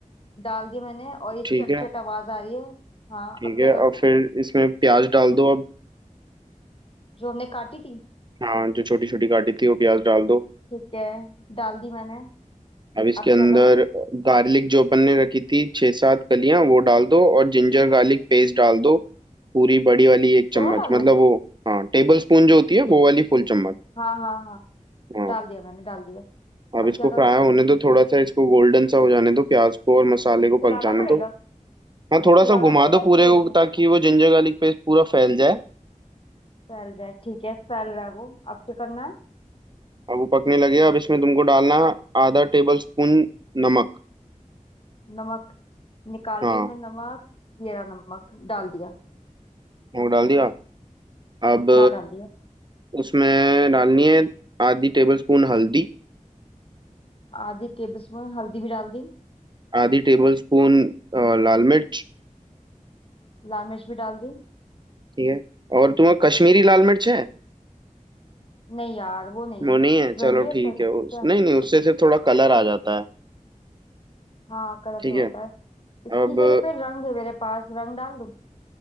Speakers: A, on the left; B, on the right.
A: डाल दिया मैंने और ये
B: ठीक
A: चट
B: है
A: चट आवाज आ रही है हाँ
B: ठीक
A: अब
B: है
A: क्या करूँ
B: अब फिर इसमें प्याज डाल दो अब
A: जो हमने काटी थी
B: हाँ जो छोटी छोटी काटी थी वो प्याज डाल दो
A: ठीक है डाल दी मैंने
B: अब इसके
A: अब
B: अंदर
A: क्या करूँ
B: गार्लिक जो अपन ने रखी थी छः सात कलियां वो डाल दो और जिंजर गार्लिक पेस्ट डाल दो पूरी बड़ी वाली एक चम्मच
A: दोनों डालूं
B: मतलब वो हाँ टेबल स्पून जो होती है वो वाली फुल चम्मच
A: हाँ हाँ हाँ
B: हाँ
A: डाल दिया मैंने डाल दिया
B: अब
A: अब
B: इसको
A: क्या करूँ
B: फ्राई होने दो थोड़ा सा इसको गोल्डन सा हो जाने दो प्याज को और मसाले को पक
A: चलाना
B: जाने
A: पड़ेगा
B: दो हाँ थोड़ा
A: चलाना
B: सा घुमा
A: पड़ेगा
B: दो
A: या
B: पूरे
A: छोड़
B: को
A: दूँ
B: ताकि वो जिंजर गार्लिक पेस्ट पूरा फैल जाए
A: फैल जाए ठीक है फैल रहा है वो अब क्या करना है
B: अब वो पकने लगे अब इसमें तुमको डालना आधा टेबल स्पून नमक
A: नमक निकाल
B: हाँ
A: रही हूँ मैं नमक ये रहा नमक डाल दिया
B: वो डाल दिया अब
A: हाँ डाल दिया
B: उसमें डालनी है आधी टेबल स्पून हल्दी
A: आधी टेबल स्पून हल्दी भी डाल दी
B: आधी टेबल स्पून लाल मिर्च
A: लाल मिर्च भी डाल दी
B: ठीक है और तुम्हें कश्मीरी लाल मिर्च है
A: नहीं यार वो नहीं
B: वो
A: है
B: नहीं है चलो
A: जरूरत
B: ठीक
A: है क्या
B: है उस नहीं नहीं उससे सिर्फ थोड़ा कलर आ जाता है
A: हाँ कलर
B: ठीक
A: तो
B: है
A: आता है इसकी
B: अब
A: जगह पे रंग है मेरे पास रंग डाल दूं